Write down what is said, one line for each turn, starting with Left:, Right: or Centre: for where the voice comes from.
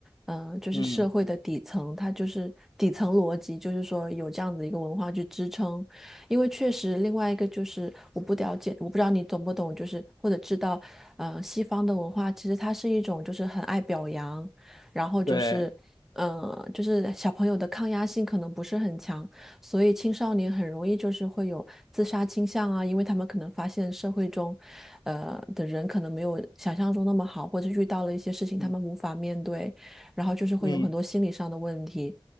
Centre: 嗯、就是社会的底层，
Left: 嗯，
Centre: 它就是底层逻辑，就是说有这样子一个文化去支撑。因为确实，另外一个就是我不了解，我不知道你懂不懂，就是或者知道，呃，西方的文化其实它是一种就是很爱表扬，然后就是。
Left: 对，
Centre: 嗯，呃就是小朋友的抗压性可能不是很强，所以青少年很容易就是会有自杀倾向啊，因为他们可能发现社会中，呃的人可能没有想象中那么好，或者遇到了一些事情他们无法面对，
Left: 嗯
Centre: 然后就是会有很多心理上的问题。
Left: 嗯，